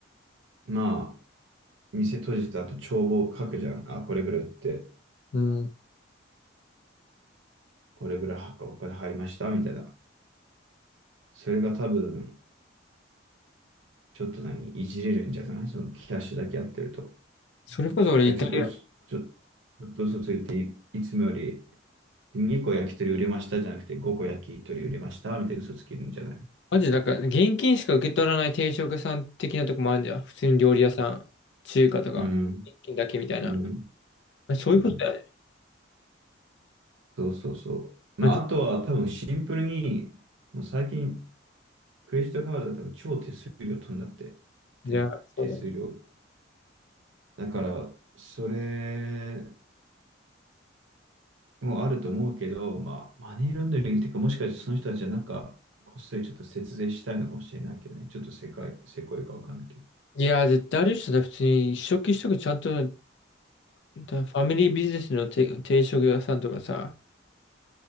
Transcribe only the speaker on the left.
うん。
それこそ俺イタリア
マジで、だから、現金しか受け取らない定食屋さん的なとこもあるじゃん。普通に料理屋さん、中華とか、
現金だけみたいな。
まあそういうことだよね。
マジ。
いや、
そうだな。
いや、絶対ある人だ。普通に一食一食ちゃんと、だファミリービジネスの定定食屋さんとかさ、